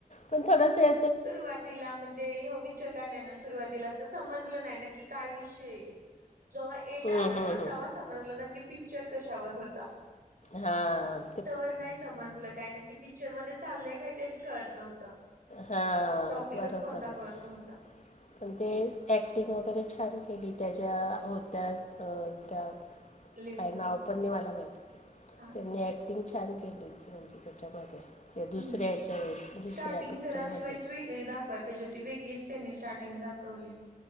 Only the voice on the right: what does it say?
सुरुवातीला म्हणजे हो पिक्चर काढलाय ना सुरुवातीला असं समजलं नाही नक्की काय विषय जेव्हा एंड
आला
ना, तेव्हा समजलं की पिक्चर कशावर होता.
तवर नाही समजलं काय ना की पिक्चर मध्ये चाललंय काय तेच कळत नव्हतं
टॉपिकच
कोणता
कळत नव्हता
लेडीजना
हा ना
हम्म.
स्टार्टिंग
जरा शिवायच वेगळी दाखवाय पाहिजे होती वेगळीच त्यांना स्टार्टिंग दाकावली